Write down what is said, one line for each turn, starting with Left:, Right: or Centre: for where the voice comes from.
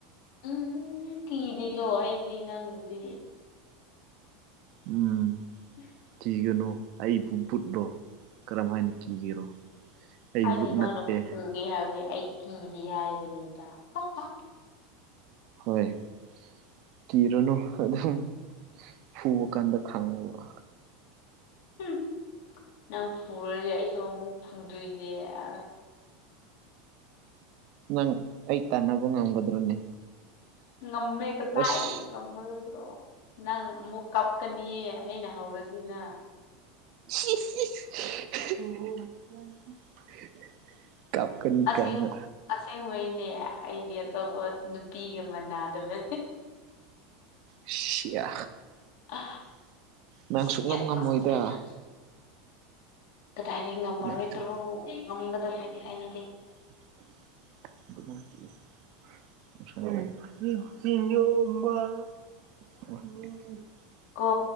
Left: ꯎꯝ ꯀꯤꯗꯦꯗꯣ ꯑꯩꯗꯤ ꯅꯪꯕꯨꯗꯤ
Right: ꯎꯝ
Left: <inaudible>
Right: ꯀꯤꯒꯅꯣ ꯑꯩꯕꯨ ꯕꯨꯠꯂꯣ ꯀꯔꯝ ꯍꯥꯏꯅ ꯀꯤꯒꯦꯔꯣ ꯑꯩ
Left: ꯍꯥꯏꯗꯤ
Right: ꯕꯨꯠ ꯅꯠꯇꯦ
Left: ꯅꯪꯅ ꯐꯨ ꯒꯦ ꯍꯥꯏꯕꯒꯤ ꯑꯩ ꯀꯤꯗꯦ ꯍꯥꯏꯕꯅꯤꯗ ꯍꯥ ꯍꯥ
Right: ꯍꯣꯏ ꯀꯤꯔꯨꯅꯨ ꯑꯗꯨꯝ ꯐꯨꯕ ꯀꯥꯟꯗ ꯈꯪꯉꯨꯕ
Left: ꯍꯨꯝ ꯅꯪ ꯐꯨꯔꯗꯤ ꯑꯩꯁꯨ ꯑꯃꯨꯛ ꯐꯨꯗꯣꯏꯅꯦ ꯑ
Right: ꯅꯪ ꯑꯩ ꯇꯥꯟꯅꯕ ꯉꯝꯒꯗ꯭ꯔꯣꯅꯦ
Left: ꯉꯝꯃꯦ ꯀꯇꯥꯏꯗꯒꯤ
Right: ꯑꯁ
Left: ꯉꯝꯃꯔꯣꯏꯗ꯭ꯔꯣ ꯅꯪ ꯑꯃꯨꯛ ꯀꯞꯀꯅꯤꯌꯦ ꯑꯩꯅ ꯍꯧꯔꯗꯤꯅ
Right: ꯁꯤꯏꯁ ꯏꯁ <unintelligible> ꯀꯞꯀꯅꯤ
Left: ꯑꯁꯦꯡ
Right: ꯀꯥꯏꯅ
Left: ꯑꯁꯦꯡꯕꯩꯅꯦ ꯑꯩꯗꯤ ꯑꯇꯣꯞꯄ ꯅꯨꯄꯤꯒ ꯃꯥꯟꯅꯗꯕ
Right: ꯁꯤꯌꯥ
Left: ꯑ
Right: ꯅꯪ
Left: ꯁꯤ
Right: ꯁꯨꯛꯉꯝ
Left: ꯌꯥꯝ
Right: ꯉꯝꯃꯣꯏꯗ
Left: ꯍꯥꯏꯅ ꯀꯗꯥꯏꯗꯩ ꯉꯝꯃꯔꯣꯏꯗ꯭ꯔꯣ
Right: ꯅꯪꯁꯨ
Left: ꯉꯝꯒꯗꯕꯅꯤ ꯑꯩꯅꯗꯤ
Right: <unintelligible> <unintelligible>
Left: ꯀꯣ